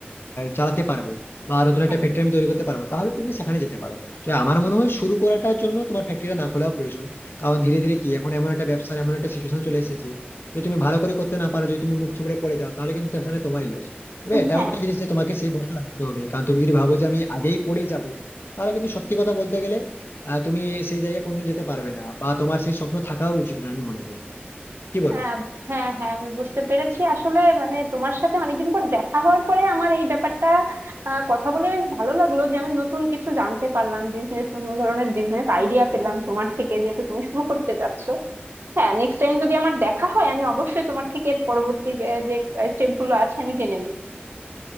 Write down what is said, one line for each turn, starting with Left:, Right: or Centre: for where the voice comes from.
Left: চালাতে পারবো বা নতুন একটা
Right: হ্যাঁ
Left: ফ্যাক্টরি আমি তৈরি করতে পারবো তাহলে তুমি সেখানে যেতে পারো তো আমার মনে হয় শুরু করাটার জন্য তোমার ফ্যাক্টরিটা না খোলাও প্রয়োজন কারণ ধীরে ধীরে কি এখন এমন একটা ব্যবসার এমন একটা সিচুয়েশন চলে এসেছে যদি তুমি ভালো করে করতে না পারো যদি তুমি মুখ থুবড়ে পড়ে যাও তাহলে কিন্তু তাহলে তোমারই লস তবে
Right: উম,
Left: এটাও
Right: হ্যাঁ
Left: একটা জিনিস যে তোমাকে সেই ভরসা রাখতে হবে কারণ তুমি যদি ভাবো যে আমি আগেই পড়ে যাব তাহলে কিন্তু সত্যি কথা বলতে গেলে আহ, তুমি সেই জায়গায় কোনোদিন যেতে পারবে না বা তোমার সেই স্বপ্ন থাকাও উচিত না আমি মনে করি কি বলো
Right: হ্যাঁ হ্যাঁ হ্যাঁ আমি বুঝতে পেরেছি আসলে মানে তোমার সাথে অনেকদিন পর দেখা হওয়ার পরে আমার এই ব্যাপারটা আহ, কথা বলে বেশ ভালো লাগলো যে আমি নতুন কিছু জানতে পারলাম বিজনেস নতুন ধরনের বিজনেস আইডিয়া পেলাম তোমার থেকে যেহেতু তুমি শুরু করতে যাচ্ছো হ্যাঁ নেক্সট টাইম যদি আমার দেখা হয় আমি অবশ্যই তোমার থেকে এর পরবর্তী আহ, যে স্টেপ গুলো আছে আমি জেনে নিই